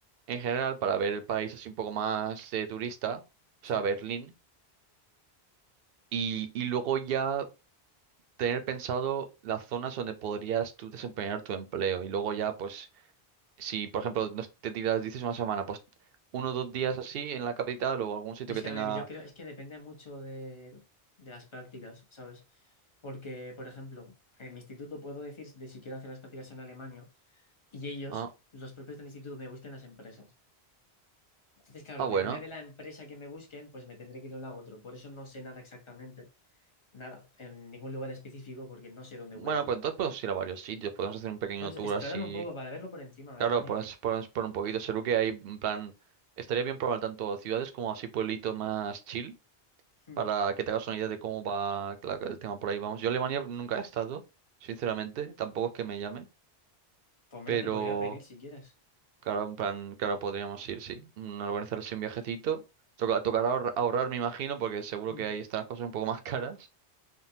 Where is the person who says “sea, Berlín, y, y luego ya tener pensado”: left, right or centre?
Right